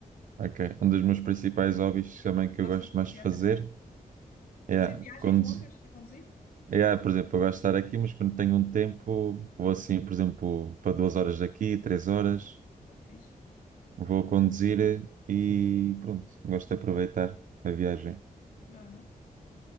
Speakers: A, on the right; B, on the left.
A: Ok.
B: mas não
A: Um dos
B: é.
A: meus principais hobbies também que eu
B: Gostas
A: gosto
B: de passear,
A: mais de fazer
B: a sério? Fazer
A: é
B: viagens
A: conduzir.
B: longas a conduzir?
A: É, por exemplo, eu gosto de estar aqui, mas quando tenho um tempo, vou assim, por exemplo, para duas horas daqui, três horas,
B: Ah, que fixe.
A: vou conduzir e pronto, gosto de aproveitar a viagem.
B: Ah,